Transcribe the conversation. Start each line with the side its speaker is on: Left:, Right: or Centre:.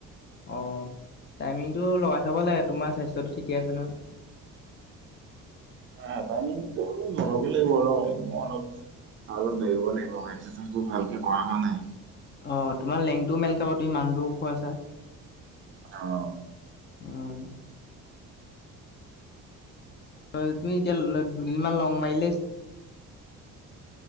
Left: অ' টাইমিংটো লগাই চাব লাগে তোমাৰ স্বাস্থ্যটো ঠিকে আছে নহয়।
Right: এই টাইমিংটো লগাবৈ লাগিব ৰ' মোৰ অলপ আৰু অলপ দৌৰিব লাগিব এক্সাৰচাইজ বোৰ ভালকে কৰা হোৱা নাই।
Left: অ' তোমাৰ লেংটো মেল খাব তুমি মানুটো ওখ আছা।
Right: অ'।
Left: উম হয় তুমি এতিয়া দুদিনমান লং মাৰিলে